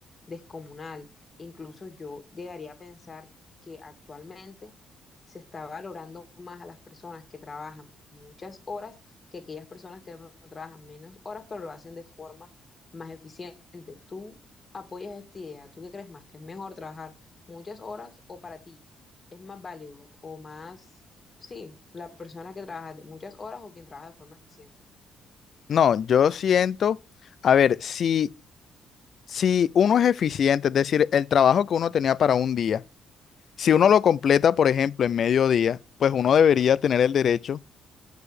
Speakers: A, on the left (about 30°); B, on the left (about 55°).
A: descomunal. Incluso yo llegaría a pensar que actualmente se está valorando más a las personas que trabajan muchas horas que aquellas personas que de pronto trabajan menos horas, pero lo hacen de forma más eficiente. ¿Tú apoyas esta idea? ¿Tú qué crees más? ¿Que es mejor trabajar muchas horas o para ti es más válido o más, sí, la persona que trabaja de muchas horas o quien trabaja de forma eficiente.
B: No, yo siento, a ver, si, si uno es eficiente, es decir, el trabajo que uno tenía para un día, si uno lo completa, por ejemplo, en mediodía, pues uno debería tener el derecho